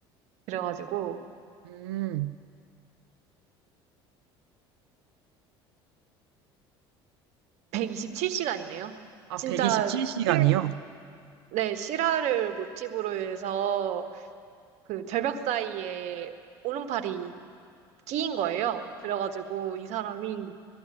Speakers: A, on the right; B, on the right.
A: 그래가지고
B: 음,
A: 127시간이네요.
B: 아,
A: 진짜
B: 127시간이요?
A: 실- 네, 실화를 모티브로 해서 그 절벽 사이에 오른팔이 끼인 거예요. 그래가지고 이 사람이